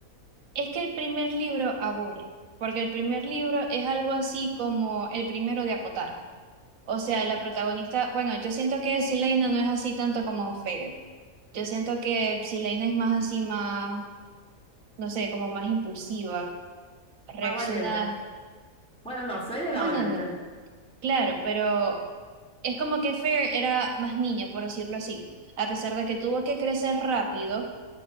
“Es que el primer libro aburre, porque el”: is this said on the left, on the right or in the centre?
Right